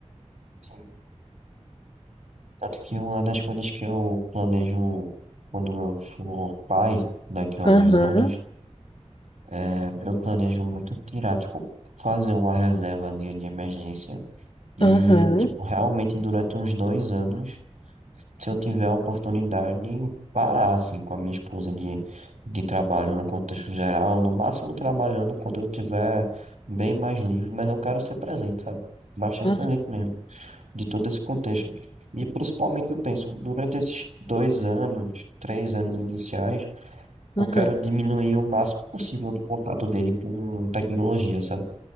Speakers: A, on the right; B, on the left.
A: Sim. Tanto que uma das coisas que eu planejo quando eu for pai, daqui a alguns
B: Aham,
A: anos, é, eu planejo muito tirar, tipo, fazer uma reservazinha de emergência e,
B: aham,
A: tipo, realmente durante uns dois anos se eu tiver a oportunidade, parar assim com a minha esposa de, de trabalho no contexto geral, no máximo trabalhando quando eu tiver bem mais livre, mas eu quero ser presente, sabe? Bastante
B: aham,
A: presente mesmo, de todo esse contexto. E principalmente eu penso, durante esses dois anos, três anos iniciais, eu
B: aham.
A: quero diminuir o máximo possível do contato dele com tecnologia, sabe?